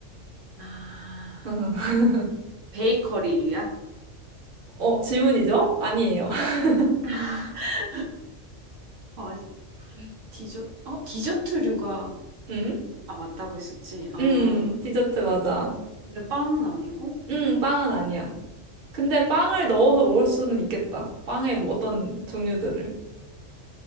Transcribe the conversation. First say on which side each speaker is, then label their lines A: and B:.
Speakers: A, on the right; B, on the right.
A: 아,
B: 음. <laughs>
A: 베이커리류야?
B: 어, 질문이죠? 아니에요. <laughs>
A: <laughs> 아, 그래. 디저, 어, 디저트류가
B: 음?
A: 아, 맞다고 했었지? 아,
B: 음, 디저트 맞아.
A: 근데 빵은 아니고?
B: 음, 빵은 아니야. 근데 빵을 넣어서 먹을 수는 있겠다. 빵에 뭐 어떤 종류들을.